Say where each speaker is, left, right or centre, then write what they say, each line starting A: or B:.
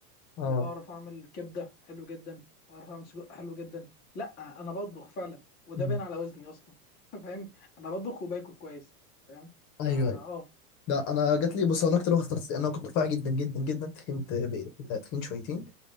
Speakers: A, on the left; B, on the left.
A: اه
B: وبعرف اعمل كبده حلو جدا وبعرف اعمل سجق حلو جدا لا انا بطبخ فعلا وده
A: مم.
B: باين على وزني اصلا <laughs> فاهم انا بطبخ وباكل كويس فاهم
A: ايوه
B: اه
A: ايوه
B: آه.
A: لا انا جات لي بص انا اكتر واحده اخترت انا كنت رفيع جدا جدا جدا تخنت بقيت تخين شويتين